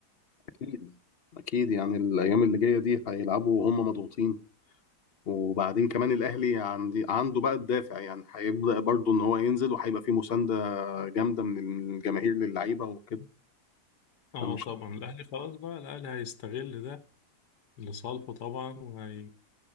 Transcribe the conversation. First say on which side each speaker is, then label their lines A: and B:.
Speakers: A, on the left; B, on the left.
A: أكيد أكيد يعني الأيام اللي جاية دي هيلعبوا وهم مضغوطين وبعدين كمان الأهلي عندي عنده بقى الدافع يعني هيبدأ برضه إن هو ينزل وهيبقى فيه مساندة جامده من الجماهير للعيبه وكده
B: اه
A: فمش
B: طبعا الأهلي خلاص بقى الأهلي هيستغل ده لصالحه طبعا وهي